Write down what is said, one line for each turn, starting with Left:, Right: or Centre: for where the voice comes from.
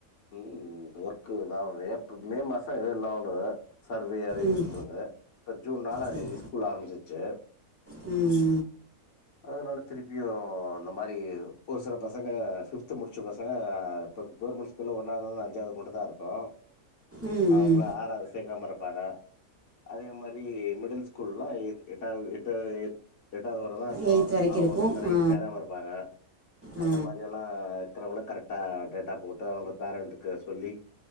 Left: ம் இங்க ஒர்க்கு இதா ஏப்ரல் மே மாச எது இல்லாம <unintelligible> சர்வே அது
Right: ம்
Left: இதுன்றது இப்ப ஜூன் நாலாந்
Right: சரி
Left: தேதி ஸ்கூல் ஆரம்பிச்சிருச்சு
Right: ம்
Left: அதனால திருப்பியு இந்த மாரி ஒரு சில பசங்க ஃபிப்து முடிச்ச பசங்க இப்ப கவர்மெண்ட் ஸ்கூல்ல ஒன்னாவ்த்லெந் அஞ்சாவத் மட்டு தா இருக்கு
Right: ம்
Left: அவுங்கள
Right: ம்
Left: ஆறாவ்து சேக்காம இருப்பாங்க அதே மாரி மிடில் ஸ்கூல்லா எட் எட்டாவது எட்டாவது எட் எட்டாவது வர தா இரு க்கோ
Right: எயித் வரைக்கு
Left: அவுங்க
Right: இருக்கு
Left: வந்து அந்த நைன்த்
Right: ஆ
Left: சேராம இருப்பாங்க
Right: ஆ
Left: அந்த மாரி எல்லா இர்க்கறவங்கள கரெட்டா டேட்டா போட்டு அவுங்க பேரண்ட்டுக்கு சொல்லி